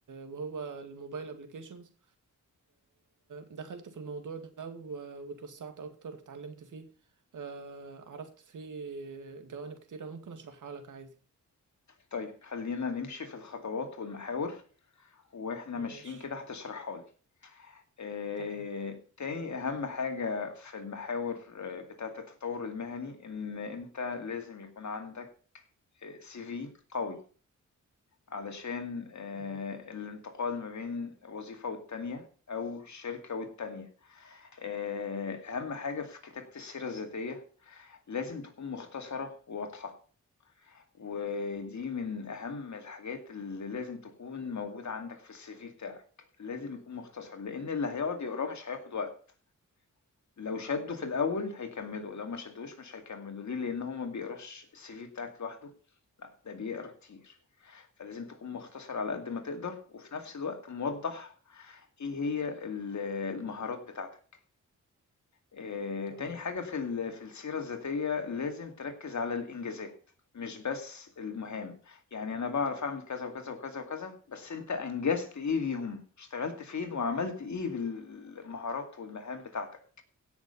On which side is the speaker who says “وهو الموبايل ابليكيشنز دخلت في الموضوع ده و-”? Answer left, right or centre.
Right